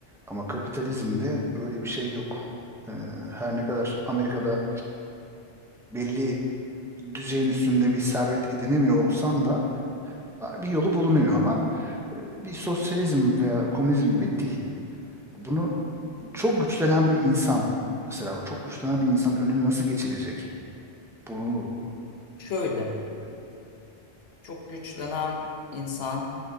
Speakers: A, in the centre; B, on the left.
A: Ama kapitalizmde öyle bir şey yok. E, her ne kadar Amerika'da belli düzeyin üstünde bir servet edinemiyor olsan da bir yolu bulunuyor ama e, bir sosyalizm veya komünizm gibi değil. Bunu çok güçlenen bir insan mesela bu çok güçlenen bir insanın önüne nasıl geçilecek? Bunu
B: Şöyle.
A: e,
B: Çok güçlenen insan